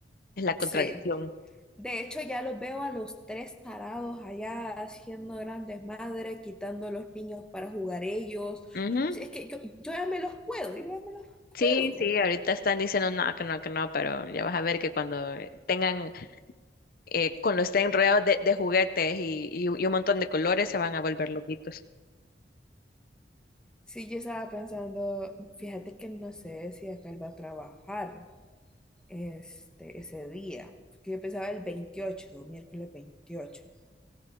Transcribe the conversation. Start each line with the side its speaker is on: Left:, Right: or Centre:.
Left: es la contradicción.
Centre: sí. De hecho, ya los veo a los tres tarados allá haciendo grandes madres, quitando a los niños para jugar ellos.
Left: Ujú.
Centre: Si es que yo, yo ya me los puedo, yo ya me los puedo.
Left: Sí, sí, ahorita están diciendo no, que no, que no, pero ya vas a ver que cuando tengan eh, con los enredados de, de juguetes y, y un y un montón de colores se van a volver loquitos.
Centre: Sí, yo estaba pensando, fíjate que no sé si acá él va a trabajar este, ese día, porque yo pensaba el veintiocho miércoles veintiocho